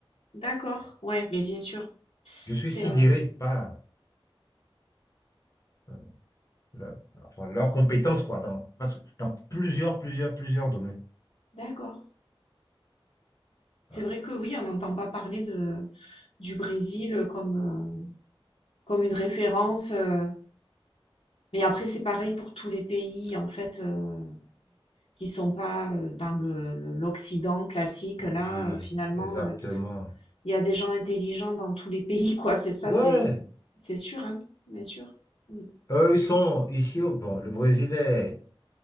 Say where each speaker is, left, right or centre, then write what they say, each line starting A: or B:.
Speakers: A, on the left; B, on the left.
A: d'accord, ouais, mais bien sûr.
B: Je suis
A: C'est
B: sidéré
A: euh,
B: par euh, leur- enfin, leurs compétences, quoi, dans, parce- dans plusieurs, plusieurs, plusieurs domaines.
A: d'accord. C'est
B: Ouais.
A: vrai que oui, on n'entend pas parler de, du Brésil comme, euh, comme une référence. euh, mais après, c'est pareil pour tous les pays, en fait, euh, qui sont pas euh, dans le, le- l'Occident classique. Là,
B: Oui,
A: euh, finalement,
B: exactement.
A: euh, il y a des gens intelligents dans tous les pays, quoi. C'est ça,
B: Ouais,
A: c'est, c'est sûr, hein, bien sûr. Mm,
B: eux, ils sont ici. au- Bon, le Brésil est